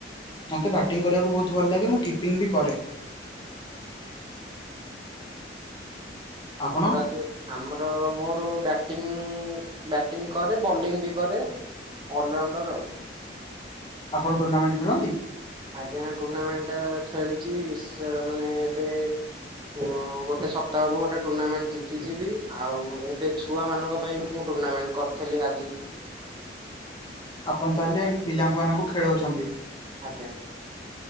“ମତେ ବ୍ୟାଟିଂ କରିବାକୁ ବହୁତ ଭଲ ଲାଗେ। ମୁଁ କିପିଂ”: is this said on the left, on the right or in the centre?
Left